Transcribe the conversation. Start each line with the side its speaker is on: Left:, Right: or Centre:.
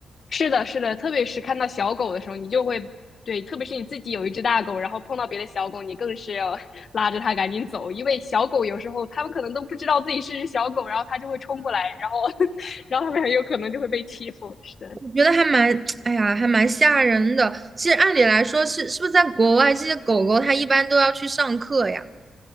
Left: 是的，是的，特别是看到小狗的时候，你就会对，特别是你自己有一只大狗，然后碰到别的小狗，你更是要 <laughs> 拉着它赶紧走，因为小狗有时候它们可能都不知道自己是只小狗，然后它就会冲过来，然后 <laughs> 然后它们很有可能就会被欺负。是的，
Right: 我觉得还蛮，哎呀，还蛮吓人的。其实按理来说是，是不是在国外这些狗狗它一般都要去上课呀？